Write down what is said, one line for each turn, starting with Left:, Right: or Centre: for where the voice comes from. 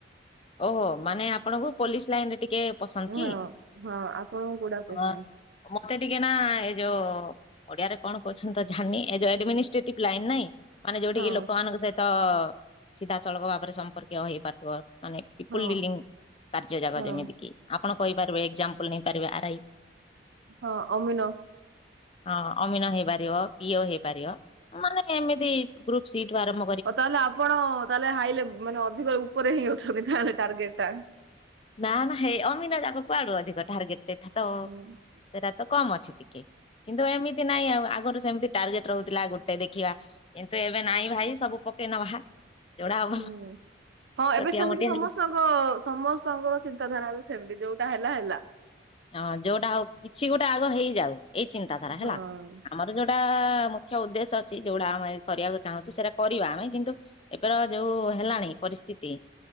Left: ଓହୋ ମାନେ ଆପଣଙ୍କୁ ପୋଲିସ ଲାଇନ ରେ ଟିକେ ପସନ୍ଦ
Right: ହଁ
Left: କି?
Right: ହଁ ଆପଣଙ୍କୁ ଗୁଡା ପୋଷେନ୍।
Left: ହଁ ମତେ ଟିକେ ନା ଏଇ ଯୋଉ ଓଡିଆରେ କଣ କହୁଛନ୍ତି ଜାଣିନିଏଡମିନ୍ରେଟିଭ ଲାଇନ୍ ନାଇଁ ମାନେ ଯୋଉଠିିକି
Right: ହଁ
Left: ଲୋକମାନଙ୍କ ସହିତ ସିଧାସଳଖ ଭାବରେ ସମ୍ପର୍କୀୟ ହେଇପାରୁଥିବ। ମାନେ ଇପୁଲ
Right: ହଁ
Left: ଡିଲିଗି କାର୍ଯ୍ୟ ଜାଗ
Right: ହଁ।
Left: ଯେମିତି କିି ଆପଣ କହିପାରିବେ ଏକ୍ଜାମ୍ପଲ ନେଇପାରିବେ ଆର ଆଇ।
Right: ହଁ ଅମିନ।
Left: ହଁ ଅମିନ ହେଇପାରିବ ପିଓ ହେଇପାରିବ। ମାନେ ଏମିତି ଗ୍ରୁପ ସିଟ୍ ଆରମ୍
Right: ଆଉ ତାହେଲେ ଆପଣ ତାହେଲେ ହାଇଲେ ମାନେ ଅଧିକ ଉପରେ ହିଁ ଅଛନ୍ତି ତାହେଲେ ଟାର୍ଗେଟ ଟା।
Left: ନା ନା ସେଇ ଅମିନା ଯାକ କୁଆଡୁ ଅଧିକ ଟାର୍ଗେଟ ଟା ତ ସେଟା
Right: ହୁଁ।
Left: ତ କମ ଅଛି ଟିକେ କିନ୍ତୁ ଏମତି ନାଇଁ ଆଉ ଆଗରୁ ସେମିତି ଟାର୍ଗେଟ ରହୁଥିଲା ଗୋଟେ ଦେଖିବା। କିନ୍ତୁ ଏବେ ନାଇଁ ଭାଇ ସବୁ ପକେଇ ନବା। ଯୋଉଟା
Right: ହୁଁ
Left: ହବ
Right: ହଁ
Left: ଛୋଟିଆ
Right: ଏବେ ସେମିତି
Left: ମୋଟିଆ
Right: ସମସ୍ତ
Left: ହେଲେ
Right: ର୍ହୁ ସମସ୍ତଙ୍କର ଚିନ୍ତାଧାରା ବି ସେମିତି ଯୋଉଟା ହେଲା ହେଲା।
Left: ହଁ ଯୋଉଟା ହଉ କିଛି ଗୋଟେ ଆଗ ହେଇଯାଉ ଏଇ ଚିନ୍ତାଧାରା
Right: ହଁ
Left: ହେଲା ଆମ ଯୋଉଟା ମୁଖ୍ୟ ଉଦ୍ଦେଶ୍ୟ ଅଛି ଯୋଉଟା ଆମେ କରିବାକୁ ଚାହୁଁଛୁ ସେଇଟା କରିବା ଆମେ କିନ୍ତୁ ଏବେରା ଯୋଉ ହେଲାଣି ପରିସ୍ଥିତି।